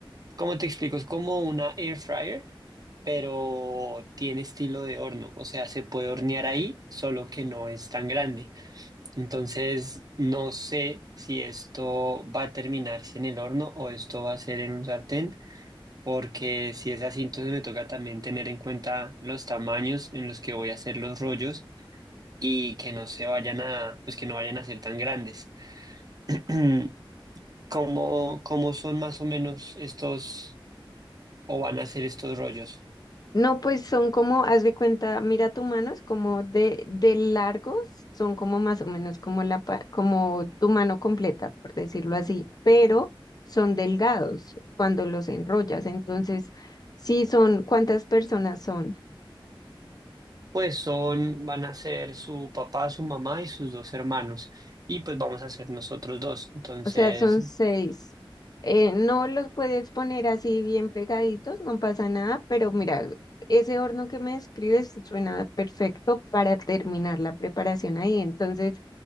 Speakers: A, on the right; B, on the left.
A: ¿cómo te explico? Es como una air fryer, pero tiene estilo de horno, o sea, se puede hornear ahí, solo que no es tan grande. Entonces, no sé si esto va a terminarse en el horno o esto va a ser en un sartén porque si es así, entonces me toca también tener en cuenta los tamaños en los que voy a hacer los rollos y que no se vayan a, pues que no vayan a ser tan grandes. <clears throat> ¿Cómo, cómo son más o menos estos o van a ser estos rollos?
B: No, pues son como, haz de cuenta, mira tu mano, es como de, de largos, son como más o menos como la, pa- como tu mano completa, por decirlo así, pero son delgados cuando los enrollas. Entonces, sí son, ¿cuántas personas son?
A: Pues son, van a ser su papá, su mamá y sus dos hermanos. Y pues vamos a ser nosotros dos. Entonces,
B: O sea, son seis. Eh, no los puedes poner así bien pegaditos, no pasa nada, pero mira, ese horno que me describes suena perfecto para terminar la preparación ahí. Entonces,